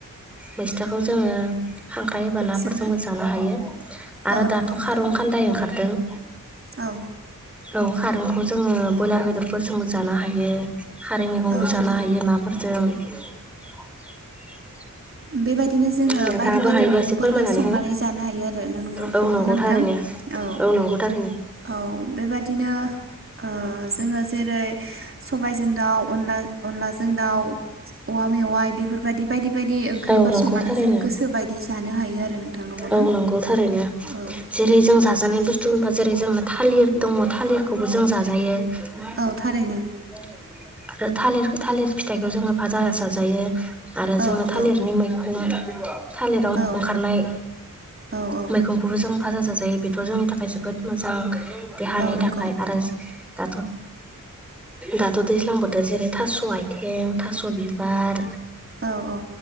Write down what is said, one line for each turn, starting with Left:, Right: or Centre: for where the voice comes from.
Centre: मैसथाखौ जोङो खांख्राइ एबा नाफोरजोंबो
Right: जोङो
Centre: जानो हायो आरो
Right: औ नंगौ
Centre: दाथ'
Right: नोंथां
Centre: खारं खान्दाय ओंखारदों।
Right: औ।
Centre: औ खारुंखौ जोङो बयलार बेदरफोरजोंबो जानो हायो। खारै मैगंबो
Right: औ नंगौ
Centre: जानो हायो नाफोरजों। <unintelligible>
Right: बेबायदिनो जोङो
Centre: नोंथाङाबो
Right: बायदि बायदि
Centre: हायोबा
Right: मैगंफोर
Centre: एसे फोरमायनानै
Right: संनानै
Centre: हो
Right: जानो हायो आरो नोंग
Centre: औ
Right: नोंगौना
Centre: नंगौ
Right: नोंथां
Centre: थारैनो
Right: औ
Centre: नंगौ थारैनो
Right: औ बेबादिनो ओ जोङो जेरै सबायजों दाउ अनला अनलाजों दाउ औवा मेवाइ बेफोरबादि बायदि बायदि ओं ओंख्रिफोर
Centre: औ नंगौ
Right: संनानै
Centre: थारैनो
Right: जों गोसो बायदि जानो हायो आरो नोंथां नंगौना
Centre: औ नंगौ थारैनो
Right: औ
Centre: जेरै जों जाजानाय बुस्थु होनबा जेरै जोंना थालिर दङ थालिरखौबो जों जाजायो।
Right: औ थारैनो
Centre: <inaudible> आरो थालिर थालिर फिथाइखौ जोङो भाजा जाजायो आरो
Right: औ
Centre: जोङो
Right: नंगौ
Centre: थालिरनि मैखुम <unintelligible> थालिराव
Right: औ
Centre: खारनाय
Right: औ औ
Centre: मैगंखौबो जों फाजा जाजायो बेथ' जोंनि थाखाय जोबोद मोजां। देहानि
Right: औ नंगौ
Centre: थाखाय आरो दाथ' दाथ' दैज्लां बोथोर जेरै थास' आथिं, थास' बिबार
Right: औ औ